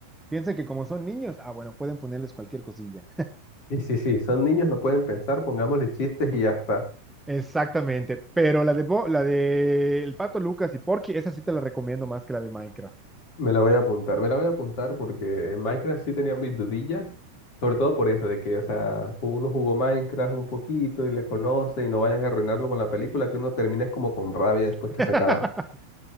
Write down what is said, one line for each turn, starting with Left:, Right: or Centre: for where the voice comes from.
Centre: Piensan que como son niños, ah, bueno, pueden ponerles cualquier cosilla.
Left: Y sí, sí, son niños, no pueden pensar, pongámosle chistes y ya está.
Centre: Exactamente, pero la de, Bo- la de El Pato Lucas y Porky, esa sí te la recomiendo más que la de Minecraft.
Left: Me la voy a apuntar, me la voy a apuntar porque en Minecraft sí tenía mis dudillas, sobre todo por eso, de que, o sea, uno jugó Minecraft un poquito y le conoce y no vayan a arruinarlo con la película, que uno termina es como con rabia después
Centre: <laughs>
Left: que se acaba.